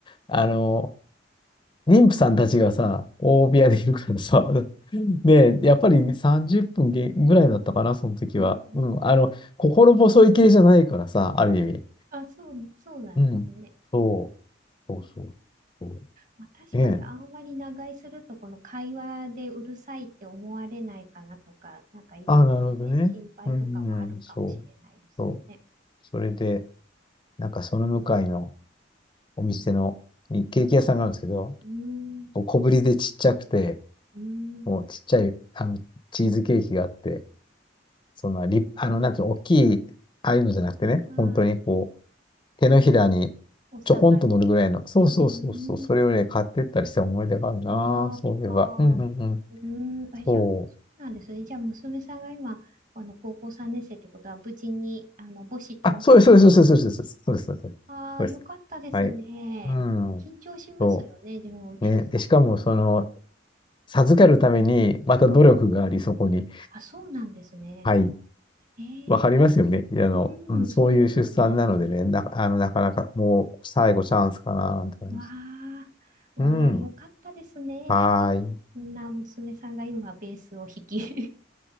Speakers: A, on the left (about 25°); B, on the right (about 45°).
A: あの、妊婦さんたちがさ、大部屋でいるからさ、<laughs> ねえ、やっぱり30分げぐらいだったかな、その時は。
B: うん。
A: うん、あの、心細い系じゃないからさ、ある意味。
B: あ、そう、そうなんですね。
A: うん、そう、そうそうそ
B: まあ、確かにあんまり長居するとこの会話でうるさいって思われないかなとか、
A: う。ねえ。
B: なんかいろいろね、
A: あ、なるほどね。
B: 心配とかもあるかもしれないですよね。
A: うん、うんそう、そう。それで、なんかその向かいの、お店の、
B: うん。
A: ケーキ屋さんがあるんですけど、
B: うーん。
A: 小ぶりでちっちゃくて、
B: うーん。
A: もうちっちゃい、あの、チーズケーキがあって、そんなリあの、なんていうの、大きい、ああいうのじゃなくてね、
B: あ
A: 本当にこう、手のひらに
B: あ、収まる。
A: ちょこんと乗るぐらいの、そうそうそうそう、
B: うーん。
A: それをね、買ってったりした思い出があるな、
B: あーあー、
A: そういえば。うんうんうん。
B: うーん。あ、じゃあ、
A: そう。
B: そうなんですね。じゃあ、娘さんが今、あの、高校3年生ってことは、無事に、あの、母子とも。
A: あ、です、そうです、そうです、そうです、そうです、そうです。そうですそうですはい。
B: ああ、よかったですね。
A: うん、
B: 緊張しますよね、
A: そ
B: でも、出産の時。
A: う。ね。で、しかも、その、授かるために、また努力があり、
B: うん
A: そこに。
B: あ、そうなんですね。
A: はい。
B: えー、
A: わかりますよね。いやあの、
B: うん、
A: うん、そういう出産なのでね、
B: そうですね。
A: な、あの、なかなかもう最後チャンスかな、なんて感じです。
B: わあ、わあ、
A: うん。
B: よかったですね。
A: はーい。
B: そんな娘さんが今ベースを弾き、<laughs>